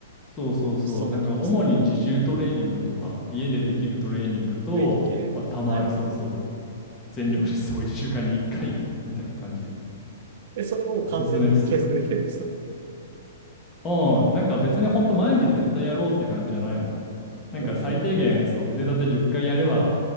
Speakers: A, on the left; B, on the right.
A: そうそうそう。
B: そんな感じです。
A: なんか主に自重トレーニングとか、家でできるトレーニングと、
B: うーん。ウェイト系。
A: まあたまにそうそう、
B: はい。
A: 全力疾走1週間に1回みたいな感じ。
B: え、それを完全に継続できてるんですか
A: おすすめっすよ。うん、なんか別にほんと毎日絶対やろうって感じじゃないもん。なんか最低限そう腕立て10回やれば
B: うん。